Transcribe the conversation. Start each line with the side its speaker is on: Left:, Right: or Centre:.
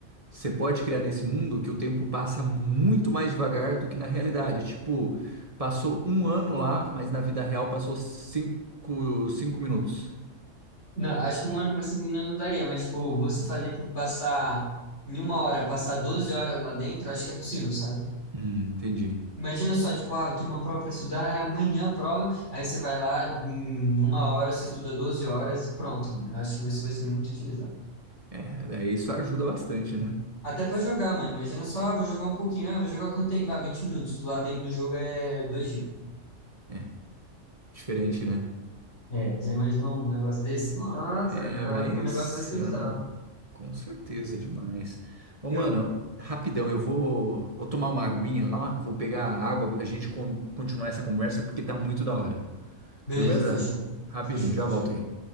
Right: Você pode criar nesse mundo que o tempo passa muito mais devagar do que na realidade. Tipo, passou um ano lá, mas na vida real passou cinco, cinco minutos.
Left: Não, acho que um ano pra cima não daria, mas, tipo, você fazer, tipo, passar em uma hora, passar 12 horas lá dentro, acho que é possível, sabe?
Right: Hum, entendi.
Left: Imagina só, tipo, ah, eu tenho uma prova para estudar, é amanhã a prova, aí você vai lá, em uma hora, você estuda 12 horas e pronto, mano. Eu acho que isso vai ser muito utilizado.
Right: É, daí isso ajuda bastante, né?
Left: Até para jogar, mano. Imagina só, ah, vou jogar um pouquinho, ah, vou jogar quanto tempo? Ah, 20 minutos. Lá dentro do jogo é dois dias.
Right: É, diferente, né?
Left: É, já imaginou um negócio desse? Nossa,
Right: É,
Left: mano, ah,
Right: vai insano.
Left: o negócio vai ser bizarro.
Right: Com certeza, demais. Ô,
Left: Eu...
Right: mano, rapidão, eu vou, vou tomar uma aguinha lá, vou pegar a água, a gente con- continuar essa conversa porque tá muito da hora.
Left: Beleza,
Right: Firmeza?
Left: fechou.
Right: Rapidinho,
Left: Fechou,
Right: já
Left: fechou.
Right: volto aí.